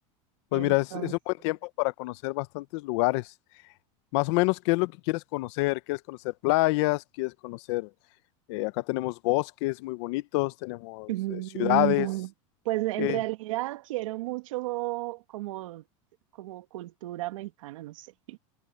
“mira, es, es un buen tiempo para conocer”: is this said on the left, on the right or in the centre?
Left